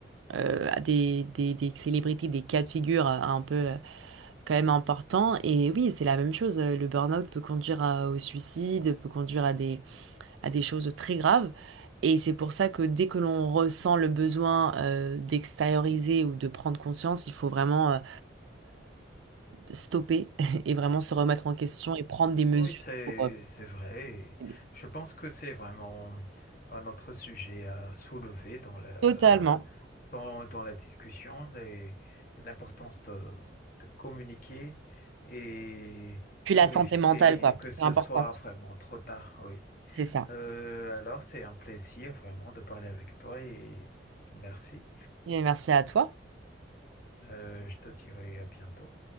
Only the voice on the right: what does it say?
euh, à des, des, des célébrités, des cas de figure euh, un peu euh, quand même importants. Et oui, c'est la même chose. euh, Le burn-out peut conduire à- au suicide, peut conduire à des, à des choses très graves. Et c'est pour ça que dès que l'on ressent le besoin euh, d'extérioriser ou de prendre conscience, il faut vraiment euh, stopper <laughs> et vraiment se remettre en question et prendre des mesures
pour euh,
aider.
Totalement.
Puis la
santé
mentale, quoi.
C'est important.
C'est ça.
Mais merci à toi.